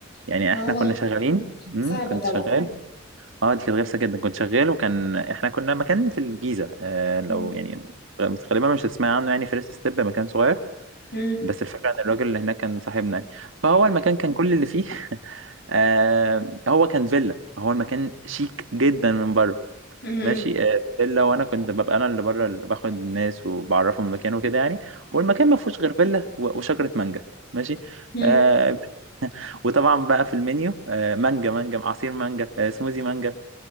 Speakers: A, on the right; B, on the left.
A: يعني
B: اه
A: احنا كنا شغالين مم،
B: صعبة
A: كنت
B: طبعا
A: شغال اه دي كانت غلسه جدا كنت شغال وكان احنا كنا مكان في الجيزه آه، لو
B: مم.
A: يعني غالبا مش هتسمعي عنه يعني فيرست ستيب مكان صغير
B: مم.
A: بس الفكرة ان الراجل اللي هناك كان صاحبنا يعني فهو المكان كان كل اللي فيه <laughs> آه هو كان فيلا فهو المكان شيك جدا من بره
B: مم.
A: ماشي آه فيلا وانا كنت ببقى انا اللي بره اللي باخد الناس وبعرفهم المكان وكده يعني والمكان ما فيهوش غير فيلا و- وشجرة مانجا ماشي
B: مم.
A: آه وطبعا بقى في المنيو آه مانجا مانجا عصير مانجا آه سموزي مانجا